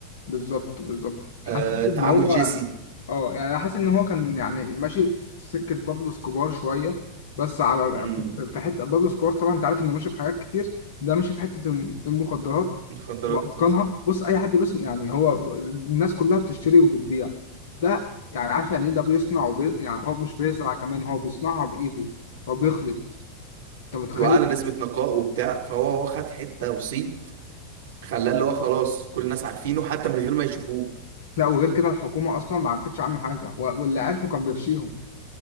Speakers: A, on the left; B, on the right.
A: بالظبط بالظبط حسيت
B: آه تعامل
A: ان هو
B: جيسي
A: اه يعني انا حاسس ان هو كان يعني ماشي في سكه بابلو سكوبار شويه بس على
B: مم.
A: في حته بابلو سكوبار طبعا انت عارف انه ماشي في حاجات كتير ده ماشي في حته الم- المخدرات
B: مخدرات
A: واتقانها
B: أصلاً.
A: بص اي حد بس يعني هو الناس كلها بتشتري وبتبيع ده يعني عارف يعني ايه ده بيصنع وبي... يعني هو مش بيزرع كمان هو بيصنعها بايده هو بيخلط انت متخيل
B: واعلى نسبة نقاء وبتاع فهو هو خد حتة وصيت خلاه اللي هو خلاص كل الناس عارفينه حتى من غير ما يشوفوه
A: لا وغير كده الحكومه اصلا ما عرفتش عنه حاجه و- واللي عرفه كان بيرشيهم